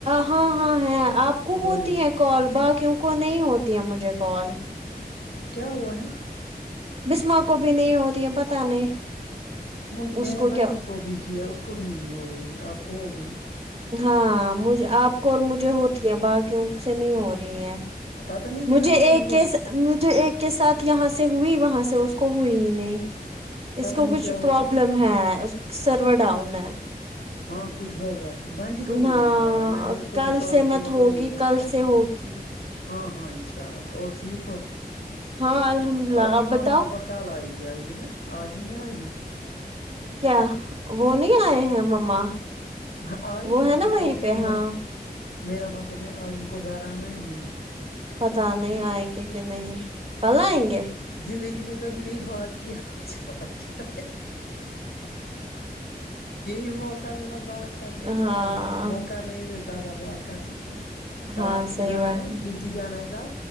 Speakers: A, on the right (about 40°); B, on the left (about 85°).
A: ہاں ہاں ہے آپ کو
B: بولیے
A: ہوتی ہے کال باکی کیوںک نہیں ہوتی ہے مجھے کال
B: کیا ہوا ہے
A: بسما کو بھی نہیں ہوتی ہے پتا نہیں
B: مج میں
A: اس
B: نے بانٹی
A: کیا
B: کو بھی کیا اس کو بھی نہیں ہو رہی آپ کو ہو گئی
A: ہاں مج آپ کو اور مجھے ہوتی ہے باقیوں سے نہیں ہو رہی ہیں
B: پتہ نہیں کیا
A: مجھے
B: ہو
A: ایک
B: ان کو
A: مجھے ایک کے ساتھ یہاں سے ہوئی وہاں سے اس کو ہوئی ہی نہیں اس
B: پتہ
A: کو
B: نہیں
A: کچھ
B: کیا ہوا
A: پروابلم ہے سرور ڈاؤن ہے
B: ہاں کچھ ہوگا بنٹی کو بھی
A: ہاں
B: نہیں ہو رہا ہے میں نے اس کو
A: کل
B: بھی کال
A: سے مت
B: کیا اس
A: ہوگی
B: کو نہیں ہوئی
A: کل سے ہوگی
B: ہاں ہاں ان شاء اللہ اور ٹھیک ہو
A: ہاں الحمد للہ
B: آپ کی ماما
A: بتاؤ
B: اپا کل آئے گی آئے گی نا آج نہیں آئے گی
A: کیا وہ نہیں آئے ہیں مما
B: ہاں آئی
A: وہ
B: ہے میں
A: نا
B: نے
A: وہیں
B: بولا اس
A: پہ
B: کو
A: ہاں
B: گھر میرا مطلب ہے آج ان کو گھر آنا ہے نہیں
A: پتا نہیں آئیں گے کہ نہیں کل آئیں گے
B: زندگی میں کبھی نہیں بات کی آج بات یہی موقع ملالا بہت دیکھو
A: ہاں
B: اور موقع نہیں ملتا تھا باہر کرنے کو کل
A: ہاں
B: آب
A: صحیح
B: جانا
A: بات
B: ہے ڈیوٹی جانا ہے ک